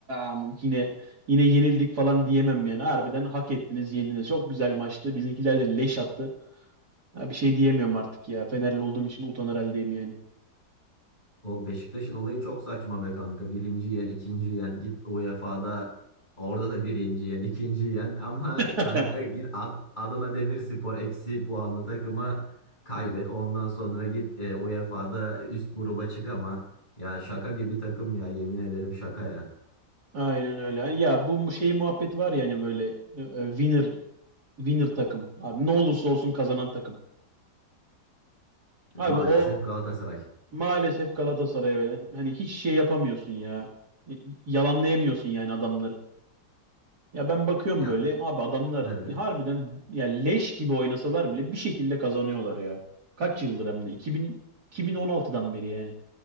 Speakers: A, on the right; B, on the left.
A: am, yine yine yenildik falan diyemem yani. Harbiden hak ettiniz, yendiniz. Çok güzel maçtı. Bizimkiler de leş attı. Ha, bir şey diyemiyorum artık ya. Fenerli olduğum için utanır haldeyim yani.
B: O Beşiktaş'ın olayı çok saçma be kanka. Birinci yen, ikinci yen. Git UEFA'da orada da birinci yen, ikinci yen. Ama
A: <laughs>
B: kanka git Ad- Adana Demirspor eksi puanlı takıma kaybet. Ondan sonra git e, UEFA'da üst gruba çık ama. Ya şaka gibi takım ya yemin ederim şaka ya.
A: Aynen öyle. Ya bu mu- şey muhabbet var yani böyle e, e, winner winner takım. Abi ne olursa olsun kazanan takım. Abi
B: Maalesef
A: o
B: Galatasaray.
A: maalesef Galatasaray'a veren hani hiç şey yapamıyorsun ya. Y- Yalanlayamıyorsun yani adamları. Ya ben bakıyorum
B: Ya
A: böyle abi adamlar
B: evet
A: harbiden ya leş gibi oynasalar bile bir şekilde kazanıyorlar ya. Kaç yıldır hem de 2000 2016'dan beri yani.